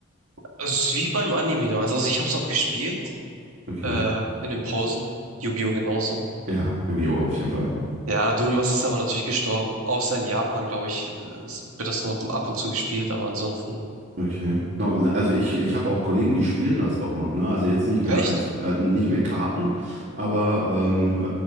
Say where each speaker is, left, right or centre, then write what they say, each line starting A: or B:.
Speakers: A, on the right; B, on the right.
A: Also, es ist wie beim Anime damals. Also ich habe es auch gespielt,
B: Okay.
A: äh, in den Pausen. Yu-Gi-Oh! genauso.
B: Ja, Yu-Gi-Oh! auf jeden Fall.
A: Ja, Duel-Master ist aber natürlich gestorben. Außer in Japan, glaube ich, äh, ist- wird das noch ab und zu gespielt, aber ansonsten.
B: Okay. No, ne, Also ich, ich habe auch Kollegen, die spielen das auch noch, ne? Also jetzt nicht mehr
A: Echt?
B: als äh, nicht mehr Karten, aber ähm, äh,